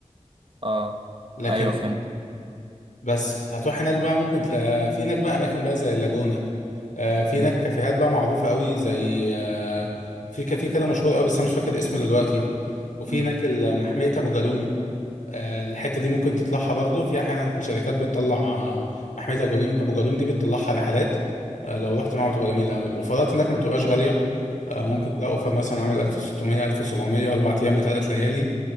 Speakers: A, on the right; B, on the left.
A: اه
B: لكن
A: ايوه فهمت
B: بس هتروح هناك بقى ممكن تلاقي في هناك بقى اماكن بقى زي اللاجونة آه، في
A: مم.
B: هناك كافيهات بقى معروفة قوي زي آه، في كافيه كده مشهور قوي بس أنا مش فاكر اسمه دلوقتي وفي
A: مم.
B: هناك ال- محمية أبو جالوم آه، الحتة دي ممكن تطلعها برضو في أحيانا شركات بتطلع آه، محمية أبو جالوم أبو جالوم دي بتطلعها رحلات آه، لو رحت معاهم تبقى جميلة أوي الأوفرات هناك ما بتبقاش غالية آه، ممكن
A: مم.
B: تلاقي أوفر مثلا عامل 1600 1700 أربع أيام بثلاث ليالي